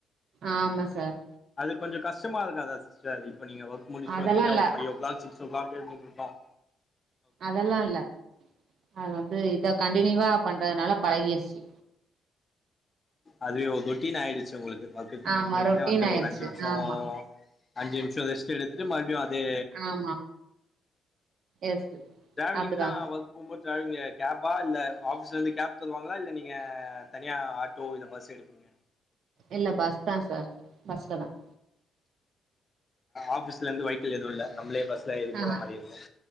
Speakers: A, on the right; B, on the left.
A: ஆமா சார்
B: அது கொஞ்சம் கஷ்டமா இருக்காதா சிஸ்டர் இப்ப நீங்க ஒர்க் முடிச்சி
A: அதெல்லா
B: வருவிங்க
A: இல்ல
B: ஒரு five o'clock six o'clock இரு இருக்கும்
A: அதெல்லாம் இல்ல அது வந்து இதான் கண்டனியூவா பண்றதுனால பழகிடுச்சு
B: அதுவே ரொட்டீனு ஆயிடுச்சு உங்களுக்கு ஒர்க
A: ஆமா
B: முடிஞ்ச உடனே
A: ரொட்டீன்
B: வந்து
A: ஆயிருச்சு
B: ஒரு அஞ்சு நிமிஷம்
A: ஆமா
B: அஞ்சு நிமிஷம் ரெஸ்ட் எடுத்துட்டு மறுபடியும் அதே
A: ஆமா எஸ்
B: டிராவலிங்லாம்
A: அதுதா
B: ஒர்க் போகும்போது டிராவலிங் கேபா இல்ல ஆஃபீஸ்லேருந்து கேப் தருவாங்களா இல்லை நீங்கள் தனியா ஆட்டோ இல்லை பஸ் எடுப்பிங்க
A: இல்ல பஸ் தான் சார் பஸ்ல தான்
B: ஆபிஸ்ல இருந்து வெக்கல் எதுவும் இல்ல நம்லே பஸ்ல எறி
A: ஆஹா
B: போற மாரி இருக்கும்